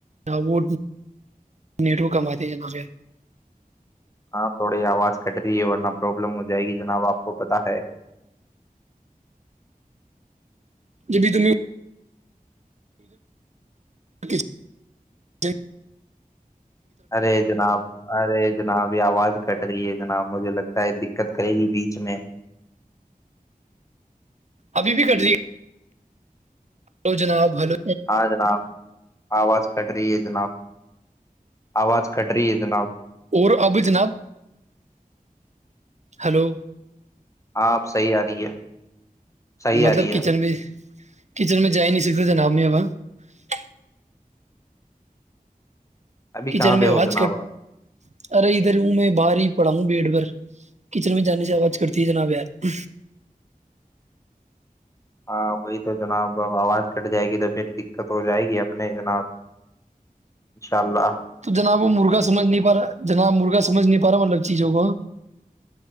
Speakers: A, on the right; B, on the left.
A: ہ وہ نیٹرو کماتے ہیں جنا پیا
B: ہاں تھوڑی آواز کٹ رہی ہے ورنہ پروابلم ہو جائے گی جناب آپ کو پتہ ہے
A: جبھی تم ک ٹھ
B: ارے جناب ارے جناب یہ آواز کٹ رہی ہے جناب مجھے لگتا ہے دقت کرے گی بیچ میں
A: ابھی بھی کٹ رہی ہےو جناب ہلو
B: ہاں جنااب آواز کٹ رہی ہے جناب آواز کٹ رہی ہے جناب
A: اور اب جناب ہلو
B: آپ صحیح آ رہی ہے صحیح
A: مطلب
B: آ رہی ہے
A: کچن میں کچن میں جا ہی نہیں سکتے جناب میںبا السلام علیکم
B: ابھی
A: کچن
B: کہاں
A: میں
B: پہ
A: آواز
B: ہو جناب
A: کٹ
B: آپ
A: ارے ادھر ہوں میں باہر ہی پڑھا ہوں بیڈ بھر کچن میں جانے سے آواز کرتی ہے جناب یار
B: ہاں وہی تو جناب آواز کٹ جائے گی تو پھر دقت ہو جائے گی اپنے جناب انشاء اللہ
A: تو جناب وہ مرغا سمجھ نہیں پا رہا جناب مرغا سمجھ نہیں پا رہا مطلب چیزوں کو